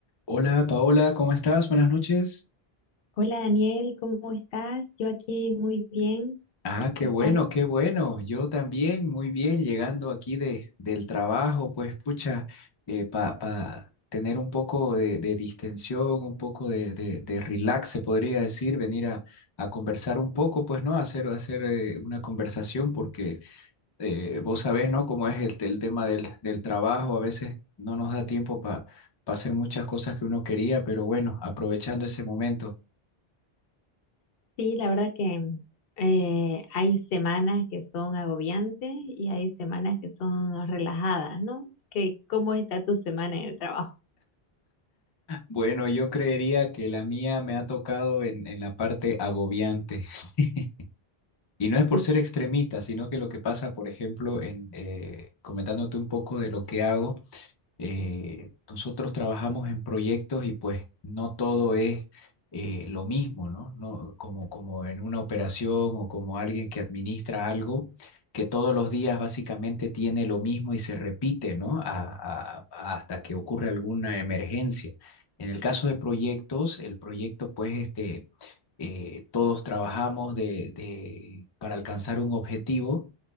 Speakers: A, on the left; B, on the left.
A: Hola Paola, ¿cómo estás? Buenas noches.
B: Hola Daniel, ¿cómo estás? Yo aquí muy bien,
A: Ah, qué
B: ¿qué
A: bueno,
B: tal?
A: qué bueno. Yo también, muy bien, llegando aquí de, del trabajo, pues pucha, para tener un poco de, de distensión, un poco de, de, de relax, se podría decir, venir a, a conversar un poco, pues, ¿no? Hacer, hacer eh, una conversación, porque eh, vos sabés, ¿no? Cómo es el, el tema del, del trabajo, a veces no nos da tiempo para hacer muchas cosas que uno quería, pero bueno, aprovechando ese momento.
B: Sí, la verdad que eh, hay semanas que son agobiantes y hay semanas que son relajadas, ¿no? ¿Qué, cómo está tu semana en el trabajo?
A: Bueno, yo creería que la mía me ha tocado en, en la parte agobiante. <laughs> Y no es por
B: Pucha,
A: ser extremista, sino que lo que pasa, por ejemplo, en, eh, comentándote un poco de lo que hago eh, nosotros trabajamos en proyectos y pues no todo es eh, lo mismo, ¿no? No, como, como en una operación o como alguien que administra algo que todos los días básicamente tiene lo mismo y se repite, ¿no? A- a- a- hasta que ocurre alguna emergencia. En el caso de proyectos, el proyecto pues este, eh, todos trabajamos de, de- para alcanzar un objetivo